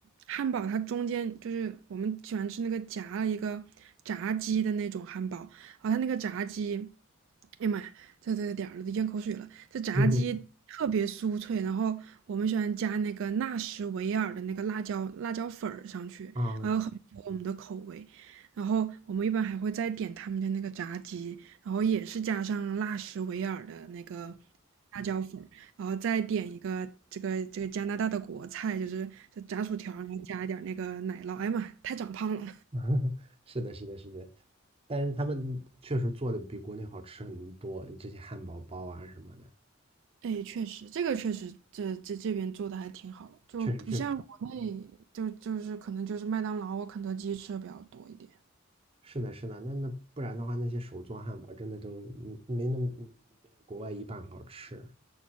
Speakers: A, on the right; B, on the right.
A: 汉堡，它中间就是我们喜欢吃那个夹了一个炸鸡的那种汉堡，啊，后它那个炸鸡，哎呀妈呀，这这点儿了都咽口水了，这炸鸡特别酥脆，
B: 嗯
A: 然后我们喜欢加那个纳什维尔的那个辣椒辣椒粉儿上去，
B: 啊，
A: 然后很符合我们的口味。然后我们一般还会再点他们家那个炸鸡，然后也是加上辣什维尔的那个辣椒粉儿，然后再点一个这个这个加拿大的国菜，就是这炸薯条，然后加一点儿那个奶酪。哎呀妈，太长胖了！
B: <laughs> 是的，是的，是的。但是他们确实做的比国内好吃很多，这些汉堡包啊什么的，
A: 哎，确实，这个确实，这这这边做的还挺好，就不像国内，
B: 确实确实。
A: 就就是可能就是麦当劳或肯德基吃的比较多一点。
B: 是的，是的，那那不然的话，那些手做汉堡真的都嗯没那么没有国外一半好吃。